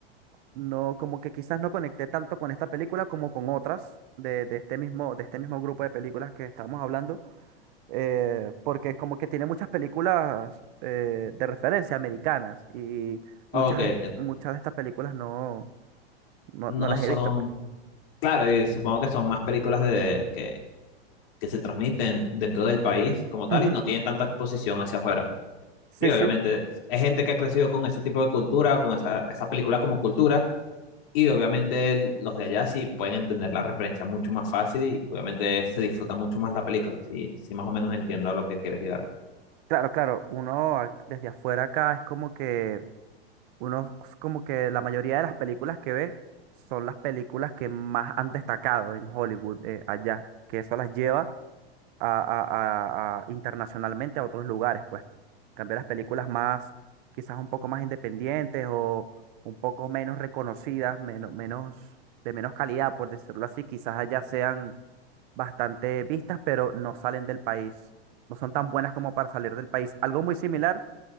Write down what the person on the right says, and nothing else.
No, como que quizás no conecté tanto con esta película como con otras de, de este mismo, de este mismo grupo de películas que estábamos hablando, eh, porque como que tiene muchas películas eh, de referencia americanas y muchas,
muchas de estas películas no, no,
no las
he visto, pues.
Ujú.
Sí,
sí,
claro, claro. Uno a- desde afuera acá es como que uno es como que la mayoría de las películas que ve son las películas que más han destacado en Hollywood eh, allá, que eso las lleva a, a- a- a- internacionalmente a otros lugares, pues. Cambiar las películas más, quizás un poco más independientes o un poco menos reconocidas, menos, menos, de menos calidad, por decirlo así, quizás allá sean bastante vistas, pero no salen del país, no son tan buenas como para salir del país. Algo muy similar,